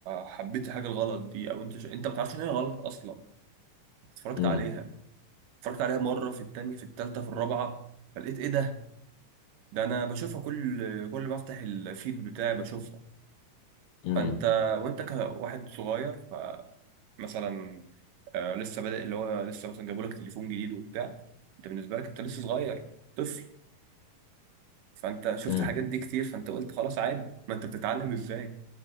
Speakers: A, on the right (about 75°); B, on the left (about 65°).
A: حبيت الحاجة الغلط دي او انت ش... انت ما بتعرفش ان هي غلط اصلا اتفرجت
B: امم
A: عليها اتفرجت عليها مرة في التانية في التالتة في الرابعة فلقيت ايه ده ده انا بشوفها كل كل ما افتح الفيد بتاعي بشوفها
B: امم
A: فانت وانت كواحد صغير ف مثلا آه، لسه بادئ اللي هو لسه مثلا جابوا لك تليفون جديد وبتاع انت بالنسبه لك انت لسه صغير طفل فانت شفت
B: امم
A: حاجات دي كتير فانت قلت خلاص عادي ما انت بتتعلم ازاي